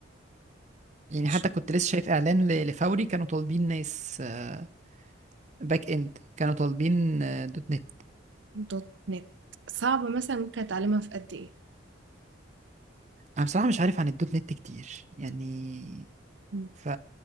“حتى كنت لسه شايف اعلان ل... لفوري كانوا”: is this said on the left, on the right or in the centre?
Right